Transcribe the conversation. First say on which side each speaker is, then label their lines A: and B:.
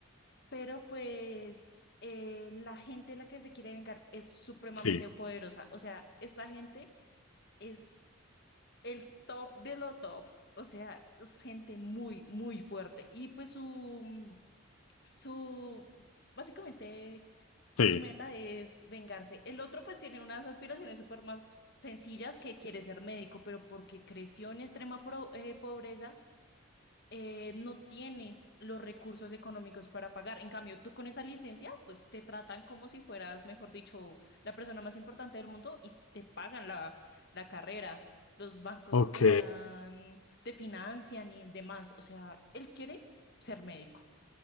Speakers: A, on the left; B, on the left.
A: Pero pues eh, la gente a la que se quiere vengar es supremamente
B: sí,
A: poderosa. O sea, esta gente es el top de lo top. O sea, es gente muy, muy fuerte. Y pues su, su, básicamente...
B: sí.
A: Su meta es vengarse. El otro pues tiene unas aspiraciones súper más sencillas que quiere ser médico, pero porque creció en extrema pro- eh, pobreza, eh, no tiene los recursos económicos para pagar. En cambio, tú con esa licencia, pues te tratan como si fueras, mejor dicho, la persona más importante del mundo y te pagan la, la carrera. Los bancos
B: Ok,
A: te dan, te financian y demás. O sea, él quiere ser médico,